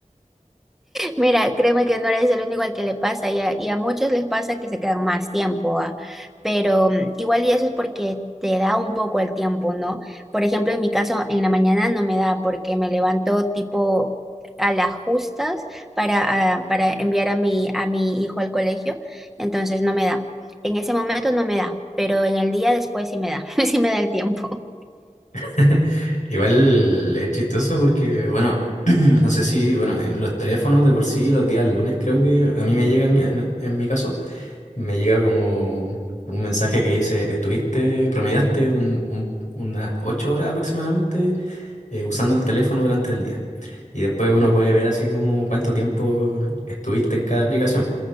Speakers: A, in the centre; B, on the left.
A: Mira, créeme que no eres el único al que le pasa y a, y a muchos les pasa que se quedan más tiempo, ¿ah? Pero mm, igual y eso es porque te da un poco el tiempo, ¿no? Por ejemplo, en mi caso, en la mañana no me da porque me levanto tipo a las justas para, ah, para enviar a mi, a mi hijo al colegio, entonces no me da. En ese momento no me da, pero en el día después sí me da, <laughs> sí me da el tiempo.
B: <laughs> Igual es chistoso porque, bueno, <clears throat> no sé si, bueno, eh, los teléfonos de por sí los días lunes creo que a mí me llegan en en mi caso. me llega como un mensaje que dice, estuviste, promediaste un- un- unas 8 horas aproximadamente eh, usando el teléfono durante el día. Y después uno puede ver así como cuánto tiempo estuviste en cada aplicación.